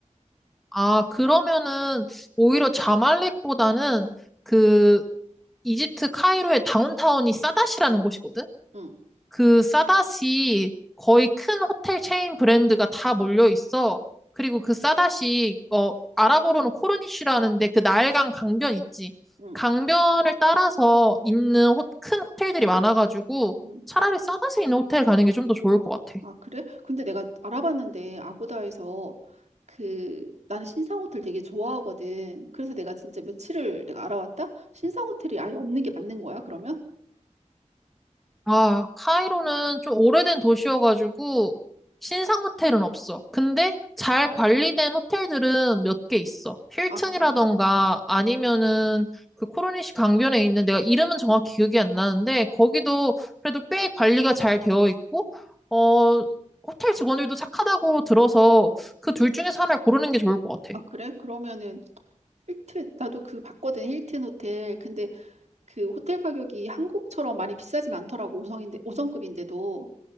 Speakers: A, in the centre; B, on the right (about 60°).
A: 아, 그러면은 오히려 자말렉보다는 그 이집트 카이로의 다운타운이 사다시라는 곳이거든?
B: 응,
A: 그 싸다시 거의 큰 호텔 체인 브랜드가 다 몰려 있어. 그리고 그 싸다시 어 아랍어로는 코르니시라는데 그 나일강 강변 있지.
B: 응,
A: 강변을 따라서 있는 호- 큰 호텔들이 많아가지고
B: 응.
A: 차라리 싸다시 있는 호텔 가는 게 좀 더 좋을 것 같아.
B: 아, 그래? 근데 내가 알아봤는데 아고다에서 그 나는 신상 호텔 되게 좋아하거든. 그래서 내가 진짜 며칠을 내가 알아봤다. 신상 호텔이 아예 없는 게 맞는 거야, 그러면?
A: 아, 카이로는 좀 오래된 도시여가지고 신상 호텔은 없어. 근데 잘 관리된 호텔들은 몇 개 있어. 힐튼이라던가
B: 아, 그래?
A: 아니면은
B: 음,
A: 그 코르니시 강변에 있는 내가 이름은 정확히 기억이 안 나는데 거기도 그래도 꽤 관리가 잘 되어 있고 어 호텔 직원들도 착하다고 들어서 그 둘 중에서 하나를 고르는 게 좋을 것 같아.
B: 아, 그래? 그러면은 힐튼 나도 그 봤거든. 힐튼 호텔. 근데 그 호텔 가격이 한국처럼 많이 비싸진 않더라고. 5성인데 5성급인데도.